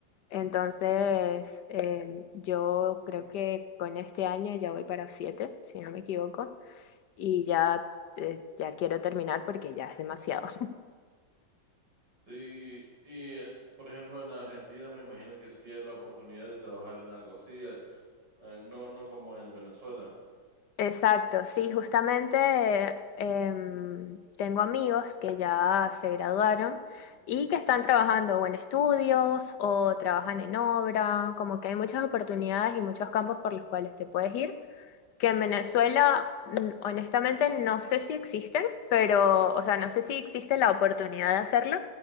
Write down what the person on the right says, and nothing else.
Sí, y eh, por ejemplo en Argentina me imagino que sí hay la oportunidad de trabajar en algo así, eh, eh, no, no como en Venezuela.